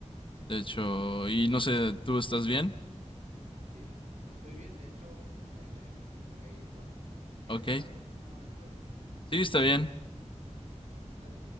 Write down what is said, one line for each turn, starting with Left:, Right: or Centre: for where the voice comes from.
Left: de hecho, y no sé, ¿tú estás bien?
Right: Sí, estoy bien, de hecho, me, me, me tengo que ir, Juan. Si quieres,
Left: Ok,
Right: hablamos de este tema después.
Left: sí, está bien.
Right: Dale.